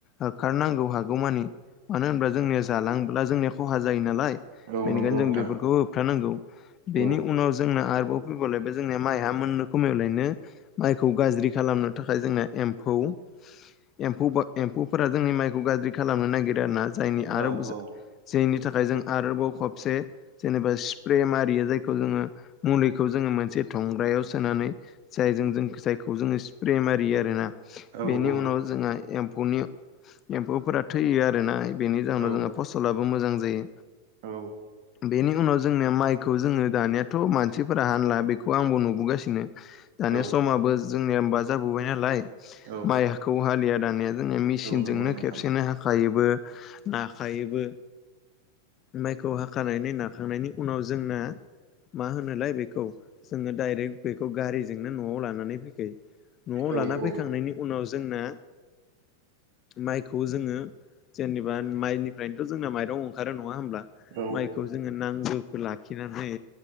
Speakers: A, on the left (about 30°); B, on the right (about 50°).
A: होखारनांगौ हागौमानि मानो होनाब्ला जोंनिया जालांब्ला जोंनिया खहा जायो नालाय
B: नंगौ
A: बेनिखायनो
B: नोंथां
A: जों बेफोरखौ होबथानांगौ
B: औ
A: बेनि उनाव जोंनो आरो बाव फैबावलायबाय जोंनिया माइआ मोननो खमायावलायनो माइखौ गाज्रि खालामनो थाखाय जोंना एम्फौ
B: <inaudible>
A: एम्फौ एम्फौफोरा जोंनि माइखौ गाज्रि खालामनो नागिरो आरो ना जायनि आरो
B: औ
A: जायनि
B: औ
A: थाखाय जों आरोबाव खबसे जेनेबा स्प्रे मारियो जायखौ जोङो मुलिखौ जोङो मोनसे थंग्रायाव सोनानै जायजों जों जायखौ जोङो स्प्रे मारियो आरोना
B: औ
A: बेनि
B: औ
A: उनाव जोंहा एम्फौनि एम्फौफोरा थैयो आरोना बेनि जाहोनाव
B: औ
A: जोंहा फसलाबो मोजां जायो
B: औ
A: बेनि उनाव जोंनिया माइखौ जोङो दानियाथ' मानसिफोरा हानला बेखौ आंबो नुबोगासिनो दानि
B: औ
A: समाबो जोंनिया होमबा जाबोबाय नालाय
B: औ
A: माइहाखौ हालिया दानिया जों मेसिनजोंनो
B: औ नंगौ नोंथां
A: खेबसेनो हाखायोबो नाखायोबो माइखौ हाखानानै नाखांनायनि उनाव जोंना मा होनोलाय बेखौ जोङो डायरेक्ट बेखौ गारिजोंनो न'आव लानानै फैखायो न'आव
B: औ
A: लाना
B: औ
A: फैखांनायनि उनाव जोंना माइखौ जोङो जेनेबा माइनिफ्रायनोथ' जोंना माइरं ओंखारोन न ङा होमब्ला
B: औ
A: माइखौ जोङो नांगौ लाखिनानै